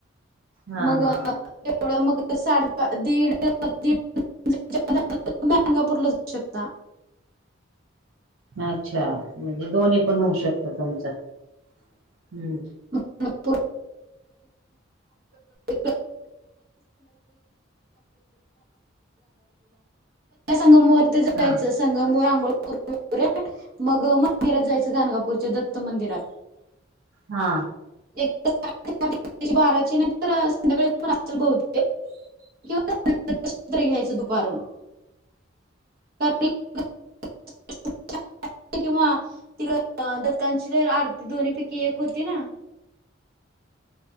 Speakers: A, on the right; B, on the right.
A: हा
B: मग
A: हा
B: तेवढं मग साडेबा दिड <inaudible> <inaudible> गाणगापूरला जाऊ शकता.
A: अच्छा, म्हणजे दोन्ही पण होऊ शकतं तुमचं हम्म.
B: <inaudible> <inaudible> <inaudible> संगमवरती जायचंस.
A: हा
B: संगमावर आंघोळ करतो रे, मग मंदिरात जायचं गाणगापूरच्या दत्त मंदिरात. <unintelligible>
A: हा.
B: <unintelligible> बाराची ना संध्याकाळी पण असतील बहूतेक किंवा दर्शन तरी घ्यायचं दुपारून. कधी <unintelligible> <unintelligible> किंवा तिकड दत्तांची तर आरती दोन्ही पैकी एक होती ना.